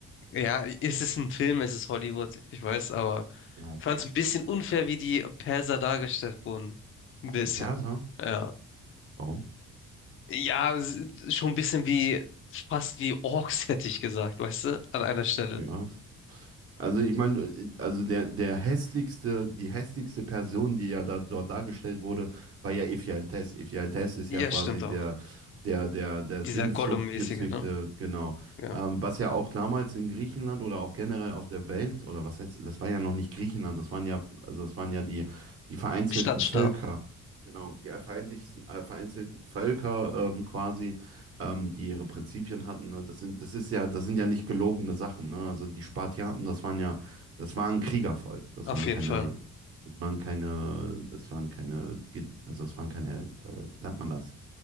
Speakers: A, on the left; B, on the right.
A: ja, es ist ein Film, es ist Hollywood, ich weiß, aber
B: Ja, klar.
A: ich fand's ein bisschen unfair, wie die Perser dargestellt wurden. Ein bisschen.
B: Die Perser?
A: Ja.
B: Warum?
A: Ja, s- schon ein bisschen wie, fast wie Orks <laughs> hätte ich gesagt, weißt du, an einer Stelle.
B: Wie arg's? Also ich meine, also der, der hässlichste, die hässlichste Person, die ja da, dort dargestellt wurde, war ja Ephialtes. Ephialtes ist
A: Ja,
B: ja quasi
A: stimmt auch.
B: der, der, der, der
A: Dieser
B: Inzucht
A: Gollum-mäßige,
B: gezüchtete,
A: ne?
B: genau.
A: Ja.
B: Ähm, was ja auch damals in Griechenland oder auch generell auf der Welt, oder was heißt, das war ja noch nicht Griechenland, das waren ja, also das waren ja die, die vereinzelten
A: Stadtstaaten,
B: Völker. Genau, die vereinzelten, äh, vereinzelten Völker ähm, quasi ähm, die ihre Prinzipien hatten. Ne? Das sind, das ist ja, das sind ja nicht gelogene Sachen. Ne? Also die Spartiaten, das waren ja, das war ein Kriegervolk. Das
A: auf
B: waren
A: jeden
B: keine,
A: Fall.
B: das waren keine, das waren keine, Ge- also das waren keine, äh, wie sagt man das?